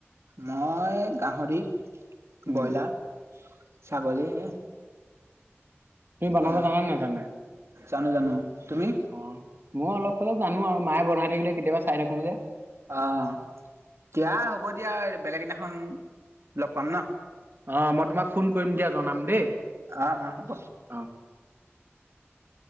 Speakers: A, on the right; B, on the right.
A: মই গাহৰি,
B: উম
A: বইলাৰ বলি হে
B: তুমি বনাব
A: সেয়া
B: জানা নহয় তানে
A: জানো জানো তুমি
B: অ মই অলপ চলপ জানো আৰু মায়ে বনাই থাকিলে কেতিবা চাই থাকো যে।
A: অ' দিয়া হ'ব দিয়া বেলেগ দিনাখন লগ পাম ন।
B: অ' মই তোমাক ফোন কৰিম দিয়া জনাম দেই।
A: অ-অ হব।
B: অ